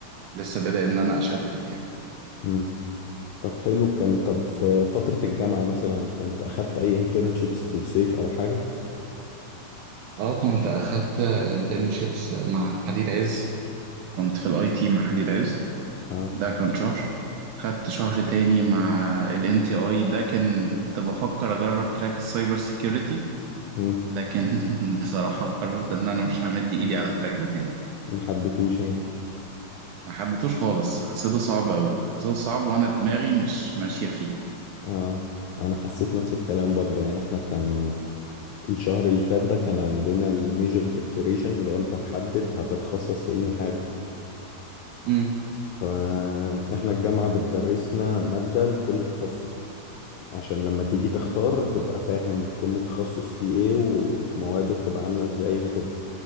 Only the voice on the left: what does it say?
مم. طب حلو كان طب في فترة الجامعة مثلا كنت اخدت اي انترنشيبس في الصيف او حاجة
اه
مم.
ما حبيتوش يعني
اه انا حسيت نفس الكلام برضه يعني احنا كان الشهر اللي فات ده كان عندنا الميجر ديكليريشن لو انت تحدد هتتخصص في انهي حاجة
فاحنا الجامعة بتدرسنا مادة لكل تخصص عشان لما تيجي تختار تبقى فاهم كل تخصص فيه ايه ومواده بتبقى عاملة ازاي وكده